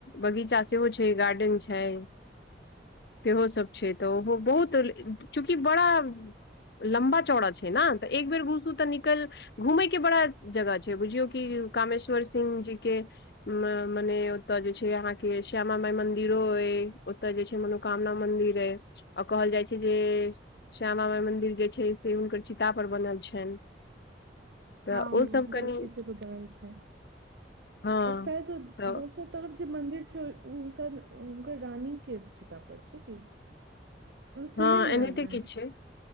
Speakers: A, on the left; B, on the right.
A: बगीचा सेहो छै गार्डेन छै। सेहो सब छै तऽ ओहो बहुत चूँकि बड़ा लम्बा चौड़ा छै ने तऽ एक बेर घुसू तऽ निकल घुमय के बड़ा जगह छै बुझियौ कि कामेश्वर सिंह जी के मने ओतय जे छै अहाँके श्यामा माई मंदिरो हय ओतय जे छै मनोकामना मंदिर हय आओ कहल जाइ छै जे श्यामा माइ मंन्दिर जे छै से हुनकर चिता परर बनल छनि।
B: हँ
A: तऽ ओ सब कनि
B: ग चित्र ग छै आओर
A: हँ
B: शायद
A: तऽ
B: दोस सब तरफ जे मंन्दिर छै ओ सब हुनकर रानी के चितित पर छै कि सुनै
A: हँ
B: मे
A: एनाहिते
B: आयल रहे
A: किछु छै